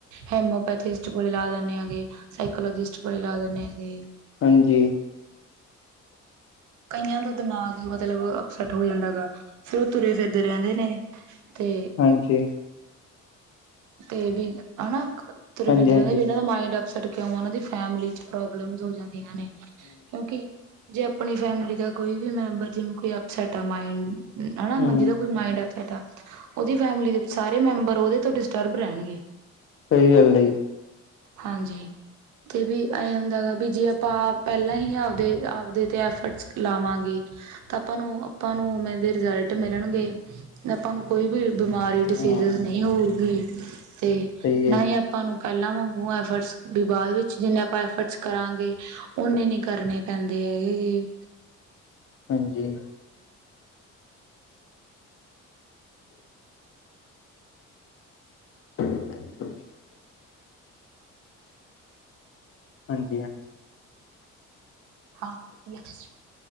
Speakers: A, on the right (about 75°); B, on the left (about 45°).
A: ਹੇਮਓਪੈਥਿਸਟ ਕੋਲ ਲਾ ਦਿੰਦੇ ਹੈਗੇ ਸਾਈਕੋਲੋਜਿਸਟ ਕੋਲ ਲਾ ਦਿੰਦੇ ਹੈਗੇ
B: ਹਾਂਜੀ,
A: ਕਈਆਂ ਦਾ ਦਿਮਾਗ ਮਤਲਬ ਅਪਸੈਟ ਹੋ ਜਾਂਦਾ ਗਾ ਫੇਿਰ ਉਹ ਤੁਰੇ ਫਿਰਦੇ ਰਹਿੰਦੇ ਨੇ, ਤੇ
B: ਹਾਂਜੀ,
A: ਤੇ ਵੀ ਹਨਾ ਤੁਰ
B: ਹਾਂਜੀ-ਹਾਂਜੀ,
A: ਫਿਰਦੇ ਰਹਿੰਦੇ ਵੀ ਇਹਨਾਂ ਦਾ ਮਾਇੰਡ ਅਪਸੈਟ ਕਿਉਂ ਉਹਨਾਂ ਦੀ ਫੈਮਲੀ ਚ ਪ੍ਰੋਬਲਮਸ ਹੋ ਜਾਂਦੀਆਂ ਨੇ ਕਿਉਂਕਿ, ਜੇ ਆਪਣੀ ਫੈਮਿਲੀ ਦਾ ਕੋਈ ਵੀ ਮੈਂਬਰ ਜਿਵੇ ਕੋਈ ਅਪਸੈਟ ਆ ਮੰਡਾ
B: ਹੂੰ
A: ਜਿਦਾ ਕੋਈ ਮਾਇੰਡ, ਅ ਉਹਦੀ ਫੈਮਿਲੀ ਦੇ ਸਾਰੇ ਮੈਂਬਰ ਓਦੇ ਤੋ ਡਿਸਟਰਬ ਰਹਿਣਗੇ।
B: ਸਹੀ ਗੱਲ ਡ
A: ਹਾਂਜੀ, ਤੇ ਵੀ ਇਹ ਹੁੰਦਾ ਗਾ ਵੀ ਜੇ ਆਪਾਂ ਪਹਿਲਾਂ ਹੀ ਆਪਦੇ ਆਪਦੇ ਤੇ ਐਫਰਟਸ ਲਾਵਾਂਗੇ। ਤਾਂ ਆਪਾਂ ਨੂੰ ਆਪਾਂ ਨੂੰ ਮੇ ਦੇ ਰਿਜ਼ਲਟ ਮਿਲਣਗੇ ਆਪਾਂ ਨੂੰ ਕੋਈ ਵੀ ਬਿਮਾਰੀ ਡਿਸੀਜ
B: ਹਾਂ
A: ਨਹੀਂ ਹੋਊਗੀ, ਤੇ
B: ਸਹੀ ਹੈ
A: ਨਾ
B: ਜੀ,
A: ਹੀ ਆਪਾਂ ਨੂੰ ਪਹਿਲਾਂ ਮੰਾਂਗੂਗਾ ਐਫਰਟਸ ਵੀ ਬਾਅਦ ਵਿੱਚ, ਜਿੰਨੇ ਆਪਾਂ ਐਫਰਟਸ ਕਰਾਂਗੇ ਓਨੇ ਨੀ ਕਰਨੇ ਪੈਂਦੇ ਹੈਗੇ ਜ,
B: ਹਾਂਜੀ, <unintelligible> ਹਾਂਜੀ ਹਾਂਜੀ,
A: ਹਾਂ ਜੈਸ